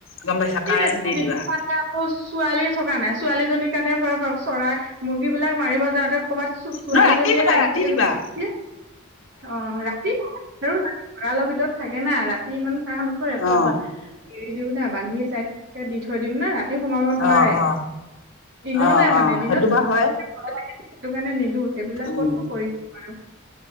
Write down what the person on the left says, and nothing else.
গম পাইছা
কাৰেণ্ট
দি
দিবা
নহ ৰাতি দিবা
ৰাতি
দিবা
অ
অ অ
অ
অ
সেইটো বা হয়
উম